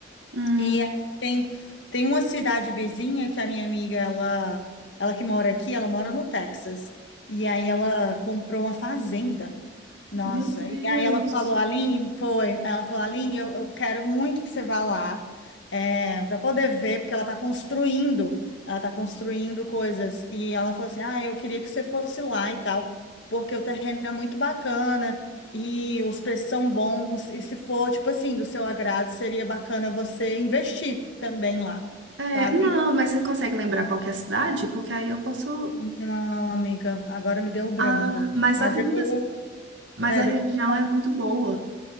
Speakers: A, on the right (about 70°); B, on the left (about 75°).
A: Hum,
B: E aí tem, tem uma cidade vizinha que a minha amiga, ela, ela que mora aqui, ela mora no Texas. E aí ela comprou uma fazenda. Nossa,
A: Meu Deus.
B: e aí ela falou, Aline, foi, ela falou, Aline, eu, eu quero muito que você vá lá para poder ver, porque ela está construindo, ela está construindo coisas. E ela falou assim, ah, eu queria que você fosse lá e tal, porque o terreno é muito bacana e os preços são bons, e se for, tipo assim, do seu agrado, seria bacana você investir também lá,
A: É,
B: sabe?
A: não,
B: Então,
A: mas você consegue lembrar qual que é a cidade? Porque aí eu posso.
B: Não, amiga, agora me deu um branco.
A: Ah, mas
B: Mas
A: lá tem
B: depois
A: muitas.
B: eu,
A: Mas
B: é,
A: a região
B: depois eu
A: é muito boa.